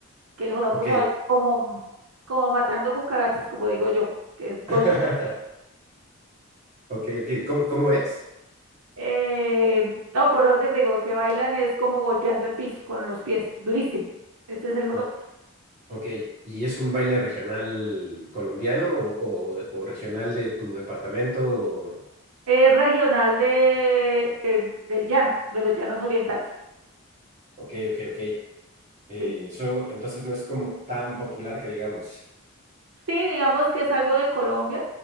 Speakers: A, on the right (about 85°); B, on the right (about 30°).
A: que el joropo
B: Ok.
A: se baila como, como matando cucarachas, como digo yo, que es golpeando.
B: <laughs> Ok, ok. ¿Cómo, cómo es?
A: Eh, no, pero lo que te digo, que bailan es como golpeando el piso con los pies, durísimo. Ese es el joropo.
B: O- ok. ¿Y es un baile regional colombiano o, o- o regional de tu departamento? o-
A: Es regional de, eh, del llano, de los llanos orientales.
B: Ok, ok, ok. Eh,
A: sí.
B: Eso entonces no es como tan popular que digamos.
A: Sí, digamos que es algo de Colombia,